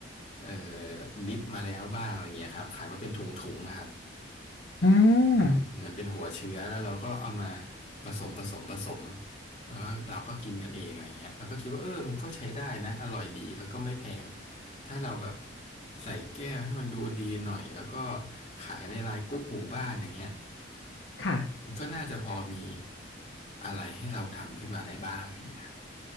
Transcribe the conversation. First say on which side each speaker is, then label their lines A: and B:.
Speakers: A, on the left; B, on the left.
A: เอ่อดิฟมาแล้วบ้างอะไรอย่างเงี้ยครับขายมาเป็นถุงๆนะครับ
B: อ่า
A: อืมเหมือนเป็นหัวเชื้อแล้วเราก็เอามาผสมผสมผสมแล้วก็เราก็กินกันเองอะไรเงี้ยเราก็คิดว่าเออมันก็ใช้ได้นะอร่อยดีแล้วก็ไม่แพงถ้าเราแบบใส่แก้วให้มันดูดีหน่อยแล้วก็ขายในไลน์กรุ๊ปหมู่บ้านอย่างเงี้ย
B: ค่ะ
A: มันก็น่าจะพอมีอะไรให้เราทำขึ้นมาได้บ้างอย่างเงี้ยครับ